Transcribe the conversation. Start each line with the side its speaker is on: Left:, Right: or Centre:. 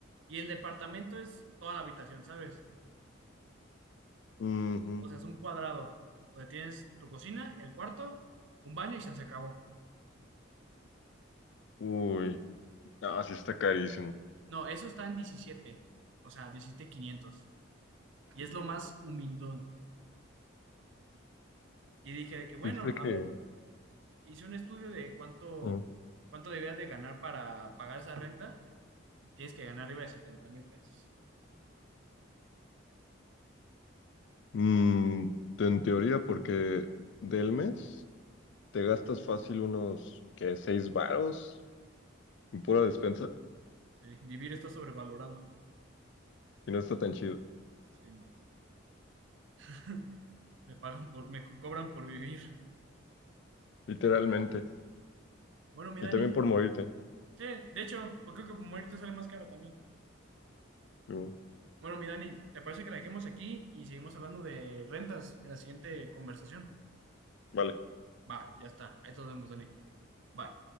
Right: Y el departamento es toda la habitación, ¿sabes?
Left: Ujú.
Right: O sea, es un cuadrado donde tienes tu cocina, el cuarto, un baño y se se acabó.
Left: Uy. Ah, sí está carísimo.
Right: No, eso está en diecisiete o sea, diecisiete mil quinientos Y es lo más humildón. Y dije de que, bueno,
Left: Dice que...
Right: a ver, hice un estudio de cuánto,
Left: ah.
Right: cuánto debías de ganar para pagar esa renta. Tienes que ganar arriba de setenta mil pesos.
Left: Mm, en teoría, porque del mes te gastas fácil unos, ¿qué? ¿Seis varos en pura despensa?
Right: Sí, vivir está sobrevalorado.
Left: Y no está tan chido,
Right: Sí, no. <laughs> Me pagan por, me co- cobran por vivir.
Left: literalmente.
Right: Bueno, mi
Left: Y
Right: Dani,
Left: también por morirte.
Right: sí, de hecho, pues creo que morirte sale más caro también.
Left: Mm,
Right: Bueno, mi Dani, ¿te parece que la dejemos aquí y seguimos hablando de rentas en la siguiente conversación?
Left: Vale.
Right: Va, ya está. Ahí nos vemos, Dani. Bye.